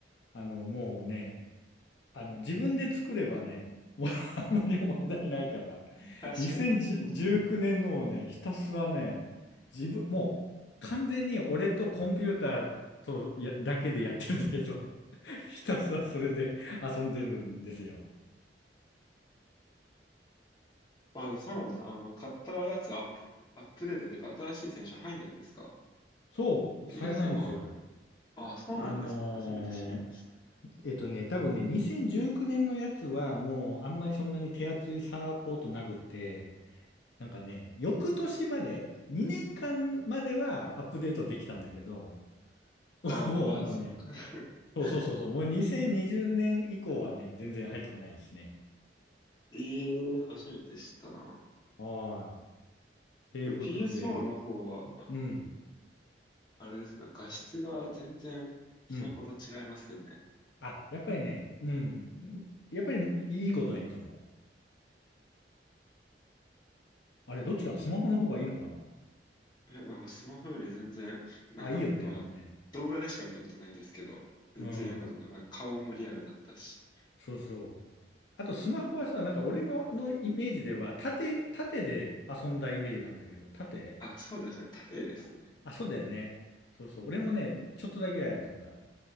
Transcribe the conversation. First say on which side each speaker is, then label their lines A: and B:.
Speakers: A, on the left (about 70°); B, on the left (about 25°).
A: あの、もうね、あの、自分で作ればね、もう <laughs> あんまり問題ないから、
B: 確かに。
A: 2019年のをね、
B: <laughs>
A: ひたすらね、自分、もう完全に俺とコンピューターとやだけでやってるんだけど、<laughs> ひたすらそれで遊んでるんですよ。
B: あ、そうなんです。あの、買ったやつアップ、アップデートというか、新しい選手入んないんですか
A: そう、
B: ?PSO
A: されないんですよ。
B: は。あ、そうなんですね。
A: あのー
B: 初めて知りました。
A: えっとね、多分ね、2019年のやつはもうあんまりそんなに手厚いサポートなくて、なんかね、翌年まで、2年間まではアップデートできたんだけど、<laughs>
B: ああ、
A: もうあのね、
B: そういう感じ。
A: そうそうそうそう、
B: <laughs>
A: もう2020年以降はね、全然入ってこないですね。
B: ええ初めて知ったな。
A: はい。っていうことで、
B: PSO の方は、あ、
A: うん、
B: あれですね。画質が全然スマホと違いますよね。
A: うん。あ、やっぱりね、うん、うんやっぱりいいことはいいと思う。あれ、どっちかなスマホの方がいいのかな
B: いや、なんかスマホより全然、なんか、
A: あ、いいよね、
B: まあ、
A: やっぱね。
B: 動画でしか見たことないですけど、全然良かったと思う。
A: うん、
B: なんか顔もリアルだったし。
A: そうそう。あと、スマホはさ、なんか俺のイメージでは、縦、縦で遊んだイメージがあるんだけど、縦
B: あ、そうですね。縦ですね。
A: あ、あそうだよね。そうそう。俺もね、ちょっとだけはやったことある。